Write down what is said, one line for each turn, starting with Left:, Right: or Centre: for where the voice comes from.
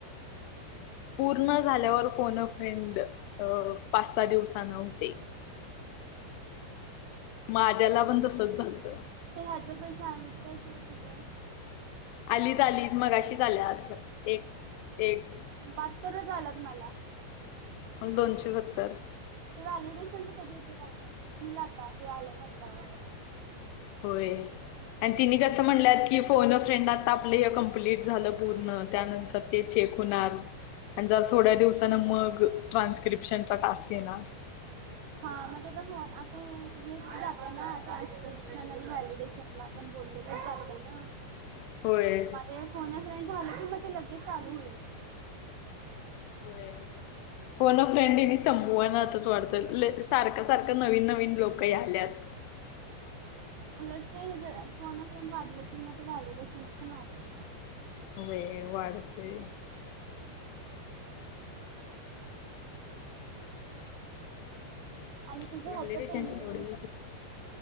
Right: हम्म,
Left: पूर्ण झाल्यावर कोन फ्रेंड अ पाच सहा दिवसा न होते.
Right: हम्म,
Left: माझ्याला पण तसच झाणत.
Right: ते ह्याच पैसे आणलेत काय ते तुझ्या.
Left: आली आली मगा अशीच आल्यात एक एक.
Right: बात्तर आलात मला.
Left: मग दोनशे सत्तर.
Right: ते व्हॅलिडेशनच कधी येते काय माहिती इल आता हे आलंय म्हटल्यावर.
Left: होय आणि तिने कसं म्हणलंत की, फोन फ्रेंड आता आपलं हे कम्प्ललीट झालं पूर्ण. त्यानंतर ते चेक होणार थोड्या दिवसा ट्रान्सस्क्रीप्शन. त टास्क येणार.
Right: हा, म्हणजे आता फोन आता हेच जाते ना ट्रान्स्क्रिप्शन आणि व्हॅलिडेशनला. आपण बोललेलंच जाते ना.
Left: होय
Right: म ते फोन फ्रेड झालं की, मग ते लगेच चालू होईल.
Left: होय फोन <inaudible> फ्रेंड संभवना आताच वाढतं लय सारखं सारखं नवीन नवीन लोक या आल्यात.
Right: उलट ते हे ज फोनप फ्रेंड वाटलं कि म ते व्हॅलिडेशनस पण वाटते.
Left: होय वाढतंय.
Right: आणि तुझं
Left: ते व्हॅलिडेशनचं
Right: ह्याचं पेंडिंग
Left: केवढं झालयं?.